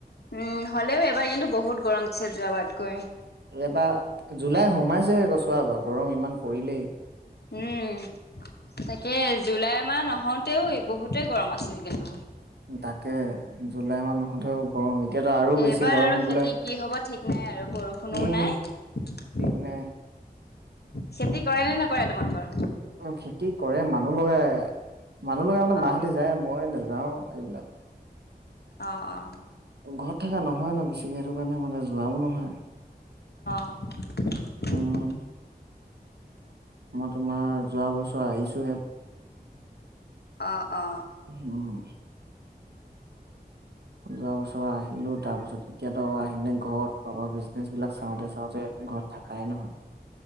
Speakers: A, on the left; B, on the right.
A: উম, হ'লেও এবাৰ কিন্তু বহুত গৰম দিছে যোৱাবাৰাতকৈ।
B: এটা জুলাই সোমাইছেহে গছোৱা বাৰু গৰম ইমান পৰিলেই।
A: উম, তাকে জুলাই মাহ নহওঁতেও বহুতেই গৰম আছিল কিন্তু
B: তাকে জুলাই মাহ নহতও গৰম এতিয়াতো আৰু বেছি
A: এইবাৰ
B: গৰম
A: আৰু
B: হবলৈ
A: খেতি কি হ'ব ঠিক নাই আৰু বৰষুণোও
B: উম
A: নাই।
B: ঠিক নাই।
A: খেতি কৰে নে নকৰে তোমালোকৰ
B: অ' খেতি কৰে মানু মানুহ লগাই মানুহ লগাই মানে
A: অ
B: মাহতি যায়। মই নাযাওঁ‌ এইবিলাক
A: অ' অ'।
B: ঘৰত থকা নহয় ন বেছিকে সেইটো কাৰণে মানে যোৱাও নহয়।
A: অ'
B: উম মই তোমাৰ যোৱা বছৰ আহিছোহে
A: অ' অ
B: উম। যোৱা বছৰ আহিলো। তাৰ পিছত এতিয়া আহিনে ঘৰত পাব বিজনেচ বিলাক চাওঁতে চাওঁতে ঘৰত থাকাই নহয়।